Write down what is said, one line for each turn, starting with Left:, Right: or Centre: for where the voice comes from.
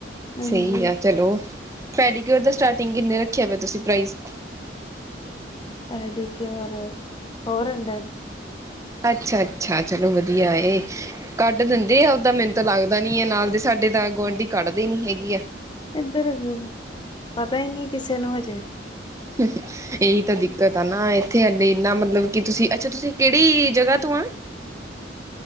Left: ਹਾਂਜੀ
Right: ਸਹੀ ਆ ਚਲੋ ਪੈਡੀਕਿਓਰ ਦਾ ਸਟਾਰਟਿੰਗ ਕਿੰਨੇ ਰੱਖਿਆ ਪਿਆ। ਤੁਸੀਂ ਪ੍ਰਾਈਸ?
Left: ਪੈਡੀਕਿਓਰਅ ਫੋਰ ਹਡਰਡ
Right: ਅੱਛਾ-ਅੱਛਾ ਚਲੋ ਵਧੀਆ ਏ। ਕੱਢ ਦਿੰਦੇ ਆ। ਓਦਾਂ ਮੈਨੂੰ ਤਾਂ ਲੱਗਦਾ ਨੀ। ਆ ਨਾਲ ਦੇ ਸਾਡੇ ਤਾਂ ਗੁਆਂਢੀ ਕੱਢਦੇ ਨੀ ਹੈਗੀ ਆ।
Left: ਇੱਧਰ ਪਤਾ ਈ ਨੀ ਕਿਸੇ ਨੂੰ ਹਜੇ
Right: ਹੂੰ ਹੂੰ ਇਹੀ ਤਾਂ ਦਿੱਕਤ ਆ ਨਾ ਇੱਥੇ ਹਲੇ ਇੰਨਾ ਮਤਲਬ ਕਿ ਤੁਸੀਂ ਅੱਛਾ ਤੁਸੀਂ ਕਿਹੜੀ ਜਗ੍ਹਾ ਤੋਂ ਆ?